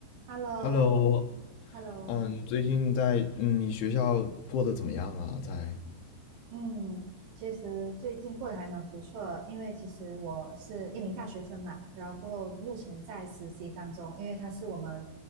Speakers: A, on the right (about 80°); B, on the left (about 85°).
A: Hello，Hello，
B: Hello，嗯，最近在嗯，你学校过得怎么样啊？在
A: 嗯，其实最近过得还蛮不错的，因为其实我是一名大学生嘛，然后过后目前在实习当中，因为它是我们